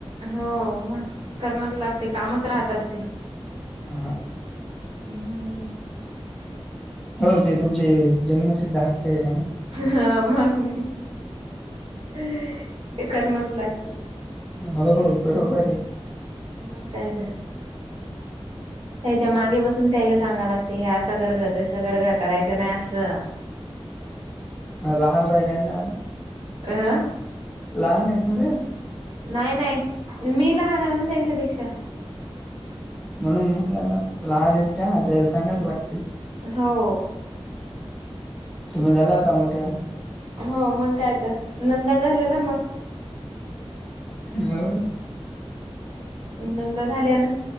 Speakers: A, on the right (about 60°); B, in the centre.
A: हो मग करनार लागते कामच राहतात ते
B: आ
A: हम्म
B: हो ते तुमचे जन्मसिद्ध हक्क आहे ना
A: हां मग ते करणच लागते.
B: हो हो बरोबरे
A: मंग कायत
B: <inaudible>
A: ताईच्या मांगे बसून ताईला सांगाव लागते हे असं कर गं तसं कर गं करायचं नाही असं.
B: लहान राहील्या न त्या आता
A: अं हं
B: लहानेत ना त्या
A: नाही नाही मी लहानउना त्याच्यापेक्षा
B: म्हणून मंग लहान आहेत त्या त्यांला सांगावच लागते.
A: हो
B: तुम्ही झाल्या आता मोठ्या
A: हो मंग कायत नंदा झाल्या ना मग
B: हो
A: नंदा झाल्या ना